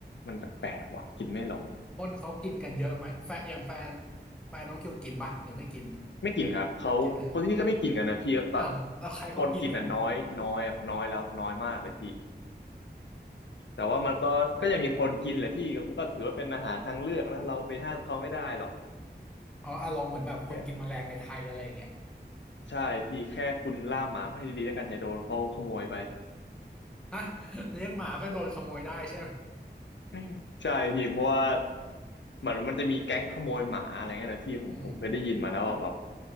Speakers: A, on the left (about 85°); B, in the centre.
A: มันแปลกๆว่ะกินไม่ลง
B: คนเขากินกันเยอะไหมแฟนอย่างแฟน แฟนน้องคิวกินปะหรือไม่กิน
A: ไม่กินครับเขาคนที่นี่ก็ไม่กินกันนะพี่แบบ
B: ไม่กิน <laughs> อ้าวแล้วใครเขากินกันอะ
A: คนกินอ่ะน้อยน้อยแบบน้อยแล้วน้อยมากเลยพี่
B: <laughs>
A: แต่ว่ามันก็ก็ยังมีคนกินแหละพี่มันก็ถือว่าเป็นอาหารทางเลือกนะเราไปห้ามเขาไม่ได้หรอก
B: อ๋ออารมณ์เหมือนแบบคนกินแมลงในไทยอะไรอย่างเงี้ย
A: แค่ใช่พี่แค่คุณล่ามหมาให้ดีๆแล้วกันอย่าโดนเขาขโมยไป
B: ฮะเลี้ยงหมาก็โดนขโมยได้ใช่ไหม
A: อืมใช่พี่เพราะว่าเหมือนมันจะมีแก๊งขโมยหมาอะไรเงี้ยนะพี่ผมผมเคยได้ยินมานะว่าแบบ
B: อืม